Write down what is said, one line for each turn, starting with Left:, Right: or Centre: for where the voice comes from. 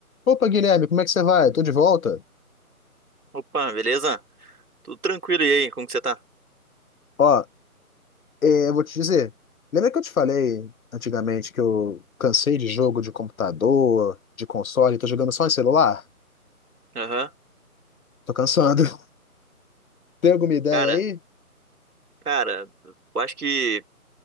Left: Opa, Guilherme, como é que você vai? Tô de volta.
Right: Opa, beleza? Tudo tranquilo e aí? Como que você tá?
Left: Ó, é, eu vou te dizer. Lembra que eu te falei antigamente que eu cansei de jogo de computador, de console, tô jogando só em celular?
Right: Aham.
Left: Tô cansando. <laughs> Tem alguma ideia
Right: Cara,
Left: aí?
Right: cara, eu acho que